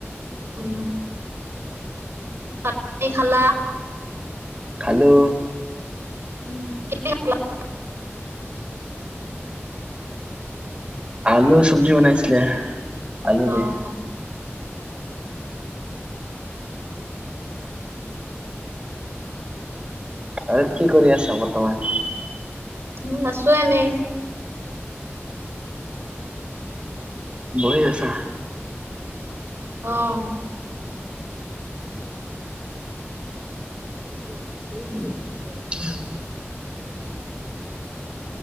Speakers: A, on the right; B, on the right.
A: উ, ভাত <unintelligible> খালা?
B: খালো।
A: উম, <unintelligible>
B: আলু চব্জি বনাইছিলে। আলু
A: অ'
B: দি। আৰু কি কৰি আছা বৰ্তমান?
A: উম, আছোঁ এনে
B: বহি আছা?
A: অ'।
B: <inaudible>